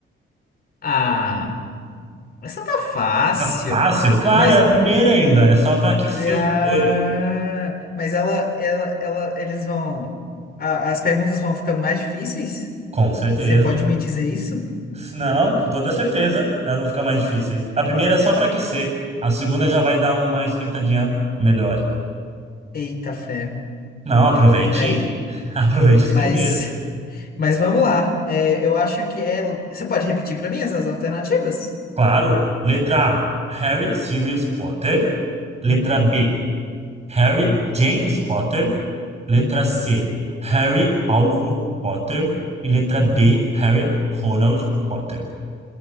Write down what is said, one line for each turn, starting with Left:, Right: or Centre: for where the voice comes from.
Left: Ah, essa tá fácil.
Right: Tá fácil? Claro,
Left: Mas,
Right: é a primeira ainda. É só
Left: eh,
Right: para aquecer
Left: ah,
Right: os motores.
Left: mas ela, ela, ela, eles vão. a- as perguntas vão ficando mais difíceis?
Right: Com certeza.
Left: Você pode me dizer isso?
Right: Não, com toda certeza, elas vão ficar mais difíceis. A primeira é só para aquecer, a segunda já vai dar uma esquentadinha melhor.
Left: Eita ferro.
Right: Não, aproveite,
Left: Mas,
Right: <laughs> aproveite as
Left: mas,
Right: primeiras.
Left: mas vamos lá. É, eu acho que é. Você pode repetir para mim essas alternativas?
Right: Claro, letra A, Harry Sirius Potter. Letra
Left: Uhum,
Right: B, Harry James Potter. Letra
Left: uhum,
Right: C, Harry Alvo Potter. E letra D,
Left: uhum.
Right: Harry Ronald Potter.